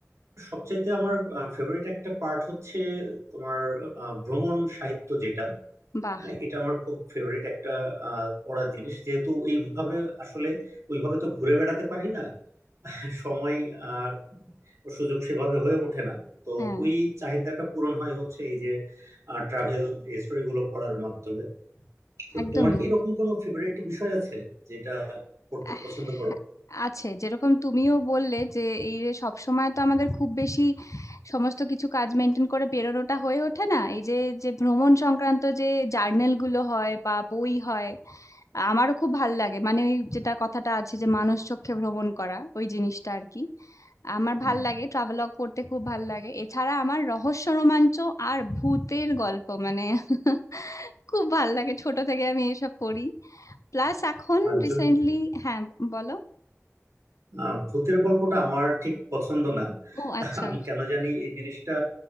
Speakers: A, on the right (about 65°); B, on the left (about 75°).
A: সবচাইতে আমার ফেভারিট একটা পার্ট হচ্ছে তোমার আহ, ভ্রমণ সাহিত্য যেটা
B: বাহ
A: আহ, এটা আমার খুব ফেভারিট একটা আহ, পড়ার জিনিস যেহেতু এইভাবে আসলে ওইভাবে তো ঘুরে বেড়াতে পারি না সময় আর সুযোগ সেভাবে হয়ে ওঠে না তো
B: হ্যাঁ
A: ওই চাহিদাটা পূরণ হয় হচ্ছে এই যে ট্রাভেল হিস্টোরি গুলো পড়ার মাধ্যমে তো
B: একদমই
A: তোমার কি এরকম কোনো ফেভারিট বিষয় আছে যেটা পড়তে
B: আহ,
A: পছন্দ করো
B: আছে যেরকম তুমিও বললে যে এই যে সব সময় তো আমাদের খুব বেশি সমস্ত কিছু কাজ মেনটেন করে বেরোনোটা হয়ে ওঠে না এই যে যে ভ্রমণ সংক্রান্ত যে জার্নাল গুলো হয় বা বই হয় আমারও খুব ভাল লাগে মানে ওই যেটা কথাটা আছে যে মানুষ চক্ষে ভ্রমণ করা ওই জিনিসটা আর কি আমার
A: হুম।
B: ভাল লাগে ট্রাভেলগ পড়তে খুব ভাল লাগে এছাড়া আমার রহস্য রোমাঞ্চ আর ভূতের গল্প মানে <laughs> খুব ভাল লাগে ছোট থেকে আমি এসব পড়ি প্লাস এখন
A: আর
B: রিসেন্টলি
A: যদি
B: হ্যাঁ বলো
A: আহ, ভূতের গল্পটা আমার ঠিক পছন্দ না
B: ও আচ্ছা
A: আমি কেন জানি এই জিনিসটা